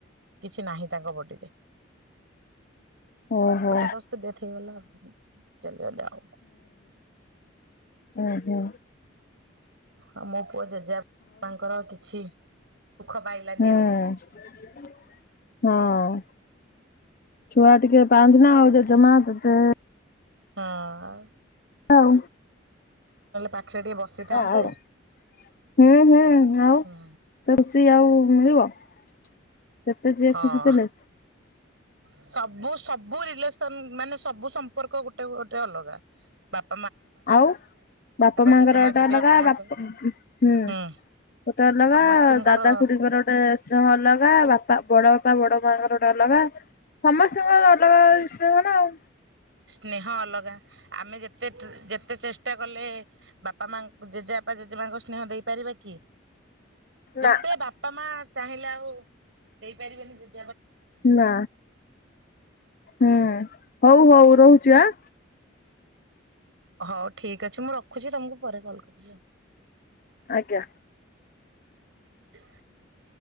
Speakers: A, on the right; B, on the left.
A: କିଛି ନାହିଁ ତାଙ୍କ ବଡିରେ।
B: ଓହୋ
A: ହଠାଦସ୍ତ୍ ଡେଥ୍ ହେଇଗଲା ଚାଲିଗଲେ ଆଉ।
B: ଉ ହୁଁ।
A: ଆଉ ମୋ ପୁଅ ଜେଜେବା ପାଙ୍କର କିଛି। ସୁଖ ପାଇଲାନି
B: ହୁଁଉଁ
A: ଆଉ
B: ହଁଅଁ। ଛୁଆ ଟିକେ। ପାଆନ୍ତି ନା ଆଉ ଜେଜମା ଜେଜେଏ
A: ହଁଅଁ।
B: ଆଉ।
A: ପାଖରେ ଟିକେ ବସିଥାନ୍ତେ
B: ଆଉ ହୁଁ ହୁଁ ଆଉ
A: ହୁଁ
B: ସେ ଖୁସି ଆଉ ମିଳିବ। ତେତେ ଯିଏ
A: ହଁ
B: ଖୁସି ଥିଲେ।
A: ସବୁ ସବୁ ରିଲେସନ୍ ମାନେ ସବୁ ସମ୍ପର୍କ ଗୋଟେ ଗୋଟେ ଅଲଗା ବାପ୍
B: ଆଉ ବାପା ମାଙ୍କର
A: ଜେଜେମା ଜେଜେବାପା
B: ଗୋଟେ ଅଲଗା
A: ମାଙ୍କ
B: ବାପ-ଅ ଉଁ ହୁଁ ଗୋଟେ
A: ହୁଁ
B: ଅଲଗା
A: ସମସ୍ତିଙ୍କର
B: ଦାଦା ଖୁଡିଙ୍କର ଗୋଟେ ସ୍ନେହ ଅଲଗା ବାପା ବଡ ବାପା ବଡ ମାଙ୍କର ଗୋଟେ ଅଲଗା ସମସ୍ତିଙ୍କର ଅଲଗା ସ୍ନେହ ନା ଆଉ।
A: ସ୍ନେହ ଅଲଗା ଆମେ ଯେତେ ତେ-ଟ୍ର ଯେତେ ଚେଷ୍ଟା କଲେଏ। ବାପା ମାକଂ ଜେଜେବାପା ଜେଜେ ମାଙ୍କ ସ୍ନେହ ଦେଇପାରିବା କି? ଯେତେ
B: ନା
A: ବାପା ମା ଚାହିଁଲା ଓ ଦେଇପାରିବେନି ଯେଦି
B: ନା ହୁଁଉଁ। ହଉ ହଉ ରହୁଚି ଆଁ।
A: ହଉ ଠିକ ଅଛି ମୁଁ ରଖୁଚି ତମକୁ ପରେ କଲ୍ କରିବି ଆଉ।
B: ଆଜ୍ଞା।
A: <inaudible>